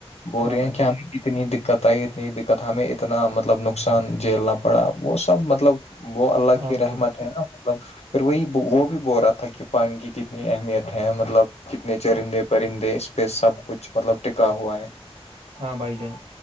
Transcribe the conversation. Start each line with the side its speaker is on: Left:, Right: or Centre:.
Left: بول
Right: ہاں
Left: رہے
Right: بھائی
Left: ہیں کہ
Right: جان
Left: ہم اتنی دقت آئی اتنی دقت ہمیں اتنا مطلب نقصان جیلنا پڑا وہ سب مطلب وہ اللہ
Right: ہاں
Left: کی
Right: بھائی
Left: رحمت ہے نا مطلب پھر وہی وہ بھی بول رہا تھا کہ پانی کی کتنی اہمیت ہے مطلب جتنے چرندے پرندے اس پہ سب کچھ مطلب ٹکا ہوا ہے
Right: ہاں بھائی جان